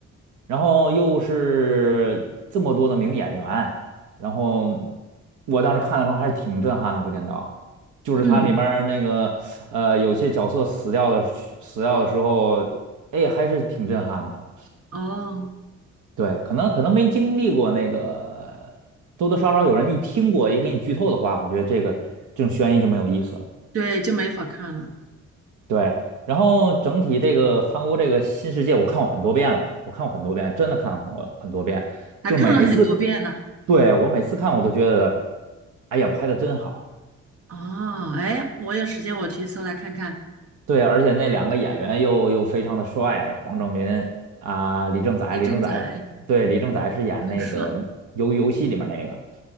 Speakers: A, on the right (about 75°); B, on the right (about 50°).
A: 然后又是这么多的名演员，然后我当时看的时候还是挺震撼的，《无间道》就是它里面儿那个呃，
B: 嗯，
A: 有些角色死掉的时死掉的时候，哎，还是挺震撼的。
B: 哦，
A: 对，可能可能没经历过那个，多多少少有人一听过，也给你剧透的话，我觉得这个这种悬疑就没有意思了。
B: 对，就没法看了，
A: 对，然后整体这个韩国这个新世界，我看过很多遍了，我看过很多遍，真的看过很多遍，
B: 还看了很多遍呢。
A: 就是每一次，对，我每次看我都觉得，哎呀，拍的真好，
B: 哦，哎，我有时间我去搜来看看。
A: 对，而且那两个演员又又非常的帅了，黄正民啊、李正宰，
B: 李正宰
A: 李正宰，对，李正宰是演那个游游戏里面那个，
B: 很帅。